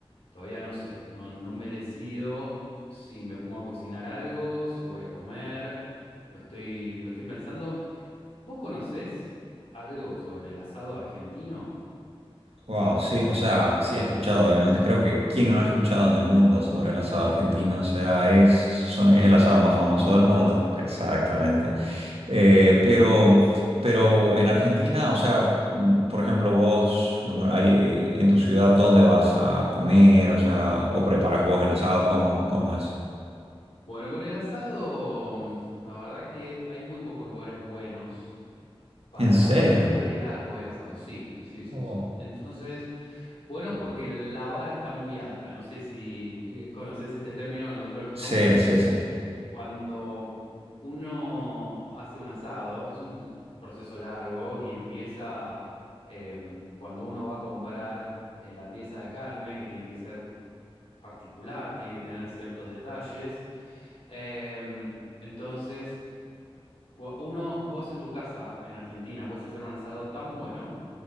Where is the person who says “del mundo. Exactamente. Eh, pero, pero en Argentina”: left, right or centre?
Right